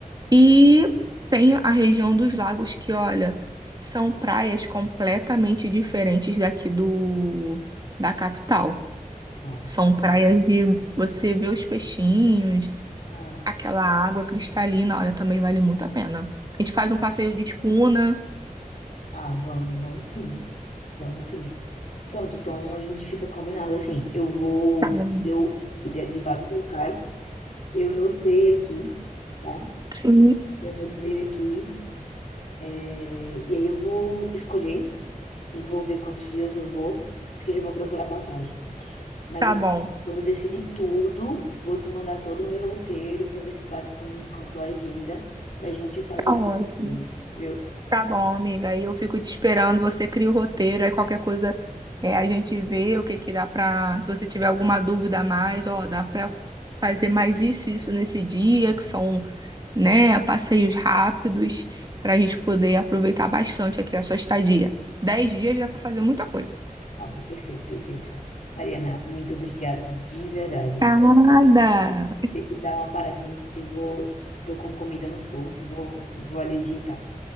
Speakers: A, on the right; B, on the left.
A: E tem a região dos lagos que, olha, são praias completamente diferentes daqui do da capital.
B: ah,
A: São
B: quero.
A: praias de você ver os peixinhos,
B: Ah,
A: aquela água cristalina, olha, também vale muito a pena. A gente faz um passeio de escuna.
B: ah, vamos, vamos sim. Vamos sim. Pronto, então a gente fica combinado assim. Eu vou.
A: Tá
B: Você
A: bom.
B: deu ideia de vários locais. Eu notei aqui, tá?
A: Sim,
B: Eu notei aqui. é, E aí eu vou escolher e vou ver quantos dias eu vou, porque eu já vou procurar passagem. Mas
A: tá
B: assim,
A: bom.
B: quando eu decidir tudo, vou te mandar todo o meu roteiro para ver se bate com, com a tua agenda pra gente fazer
A: Tá ótimo.
B: isso, viu?
A: Tá bom, amiga. Aí eu fico te esperando. Você cria o roteiro. Aí qualquer coisa é, a gente vê o que que dá pra. Se você tiver alguma dúvida a mais, ó, dá pra fazer mais isso, e isso nesse dia, que são, né, passeios rápidos, pra gente poder aproveitar bastante aqui a sua estadia. Dez dias dá pra fazer muita coisa.
B: Nossa, perfeito, perfeito. Mariana, muito obrigado de verdade.
A: Nada.
B: ter que dar uma paradinha aqui que vou, tô com comida no fogo, que vou, que vou ali ajeitar.